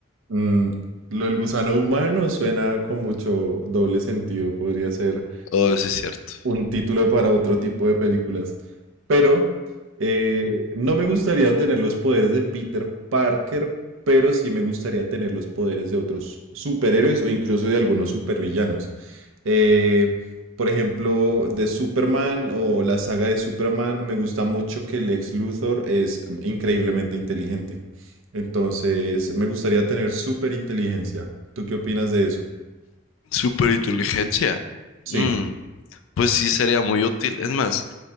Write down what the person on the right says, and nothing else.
mm, lo del gusano humano suena con mucho doble sentido. Podría ser
un título para otro tipo de películas. Pero eh, no me gustaría tener los poderes de Peter Parker, pero sí me gustaría tener los poderes de otros superhéroes o incluso de algunos supervillanos. Eh, por ejemplo, de Superman o la saga de Superman, me gusta mucho que Lex Luthor es mm, increíblemente inteligente. Entonces, me gustaría tener súper inteligencia. ¿Tú qué opinas de eso?
Sí,